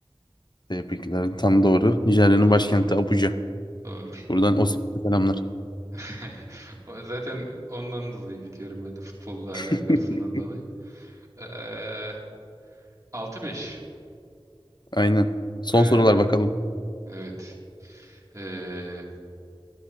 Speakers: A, on the left; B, on the right.
A: Tebrikler. Tam doğru. Nijerya'nın
B: Doğru
A: başkenti
B: mu?
A: Abuja.
B: Doğru.
A: Buradan Osip'e selamlar.
B: <laughs> O- Zaten ondan dolayı biliyorum ben de futbolla alakalısından
A: <laughs>
B: dolayı. Ee, 6-5.
A: Aynen. Son
B: Ee,
A: sorular bakalım.
B: evet. Ee,